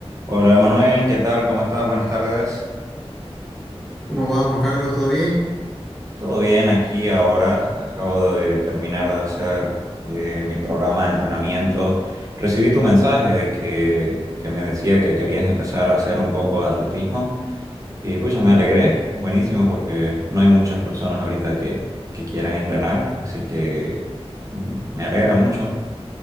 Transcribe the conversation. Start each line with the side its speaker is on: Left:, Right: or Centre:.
Right: Hola Emanuel, ¿qué tal? ¿Cómo estás? Buenas tardes.
Centre: ¿Cómo va, Juan Carlos? ¿Todo bien?
Right: Todo bien aquí ahora. Acabo de terminar de hacer eh, mi programa de entrenamiento. Recibí tu mensaje de que, que me decía que querías empezar a hacer un poco de atletismo y pues me alegré. Buenísimo porque no hay muchas personas ahorita que, que quieran entrenar, así que mm, me alegra mucho.